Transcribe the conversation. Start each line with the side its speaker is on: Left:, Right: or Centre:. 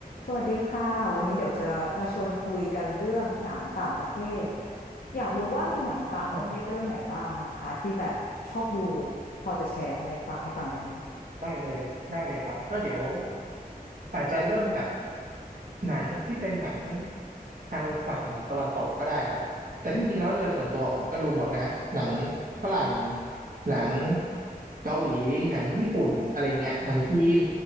Left: สวัสดีค่ะวันนี้เดี๋ยวจะมาชวนคุยกันเรื่องหนังต่างประเทศอยากรู้ว่ามีหนังต่างประเทศเรื่องไหนบ้างนะคะที่แบบชอบดู
Right: อ๋อ
Left: พอจะแชร์ให้ได้ฟังให้ฟังได้ไหม
Right: ได้เลยได้เลยครับก็เดี๋ยวอาจจะเริ่มจากหนังที่เป็นหนังทางฝั่งตะวันตกก็ได้ครับแต่จริงๆแล้วโดยส่วนตัวผมก็ดูหมดนะหนัง
Left: อืม
Right: ฝรั่งหนังเกาหลีหนังญี่ปุ่นอะไรเงี้ยหนังจีน